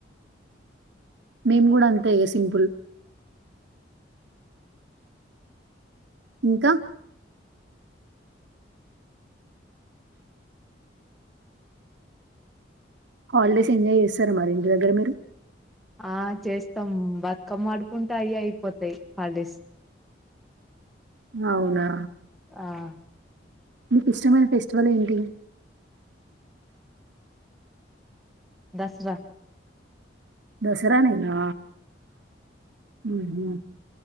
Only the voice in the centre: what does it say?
ఆ చేస్తాం బ కమ్మ ఆడుకుంటా అయ్యే అయిపోతాయి హాల్డేస్
ఆ
దస్సరా